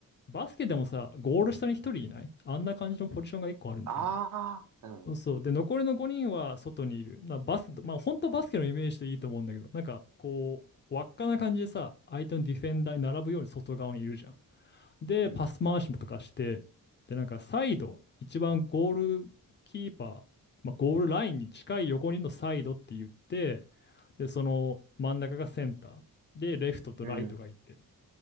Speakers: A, on the left (about 30°); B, on the right (about 60°).
A: バスケでもさ、ゴール下に1人いないあんな感じのポジションが1個あるんだよね。
B: ああ、うん、
A: そうそう。で、残りの5人は外にいる。なバス、まあ、本当バスケのイメージでいいと思うんだけど、なんか、こう、輪っかな感じでさ、相手のディフェンダーに並ぶように外側にいるじゃん。で、
B: うん、
A: パス回しもとかして、で、なんかサイド、一番ゴールキーパー、まあ、ゴールラインに近い横にのサイドって言って、で、その真ん中がセンター、で、レフトとライトがいて、
B: うん、